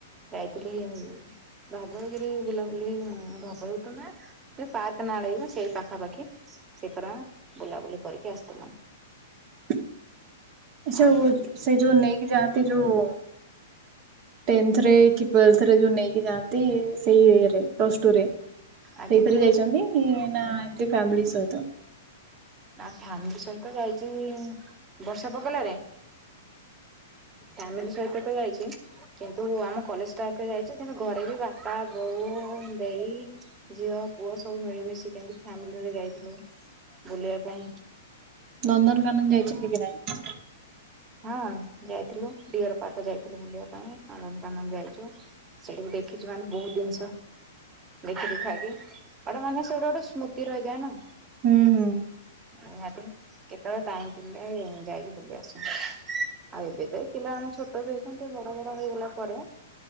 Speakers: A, on the right; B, on the right.
A: ଯାଇଥିଲି ଧବଳଗିରି ବୁଲାବୁଲି ଧବଳଗିରି ତ ନୁହେଁ। ଯେଉଁ ପାର୍କ ନାଳାଗିବ ସେଇ ପାଖାପାଖି ସେଥର ବୁଲାବୁଲି କରିକି ଆସିଥିଲୁ।
B: ଆଚ୍ଛା
A: ଆଉ
B: ସେଇ ଯୋଉ ନେଇକି ଯହାନ୍ତି ଯୋଉ ଟେନ୍ଥରେ କି ଟଲରେ ଯୋଉ ନେଇକି ଯାଆନ୍ତି ସେଇ ଇଏରେ ପ୍ଲସ ଟୁରେ।
A: ଆଜ୍ଞା
B: ସେଇଥିରେ ଯାଇଛନ୍ତି ନା ଏମତି ଫ୍ୟାମିଲି ସହିତ?
A: ନା ଫ୍ୟାମିଲି ସହିତ ଯାଇଛି ବର୍ଷା ପକେଇଲାରେ। ଫ୍ୟାମିଲି ସହିତ ତ ଯାଇଛି। କିନ୍ତୁ ଆମ କଲେଜ ପ ଯାଇଛି କିନ୍ତୁ ଘରେ ବି ବାପା, ବୋଉ, ଦେଇ, ଝିଅ, ପୁଅ ସବୁ ମିଳିମିଶି କେମତି ଫ୍ୟାମିଲିରେ ଯାଇଥିଲୁ। ବୁଲିବା ପାଇଁ।
B: ନନ୍ଦନକାନନ ଯାଇଛନ୍ତି କି ନାଇଁ?
A: ହଁ ଯାଇଥିଲୁ ଡିଅର ପାର୍କ ଯାଇଥିଲୁ ବୁଲିବା ପାଇଁ। ଆନନ୍ଦ କାନନ୍ଦ ଯାଇଛୁ। ସେଇଠି ବି ଦେଖିଛୁ ମାନେ ବହୁତ ଜିନିଷ। ଦେଖି ଦୁଖାକି ଏଟା ମାନେ ସିଏ ଗୋଟେ ଗୋଟେ ସ୍ମୃତି ରହିଯାଏ ନା।
B: ହୁଁ ହୁଁ।
A: ନିହାତି କେତେବେଳେ ଟାଇମ ପିଲେ ଯାଇକି ବୁଲି ଆସୁ। ଆଉ ଏବେ ତ ଏ ପିଲାମାନେେ ଛୋଟ ବି ହେଇଛନ୍ତି। ବଡ ବଡ ହେଇଗଲା ପରେ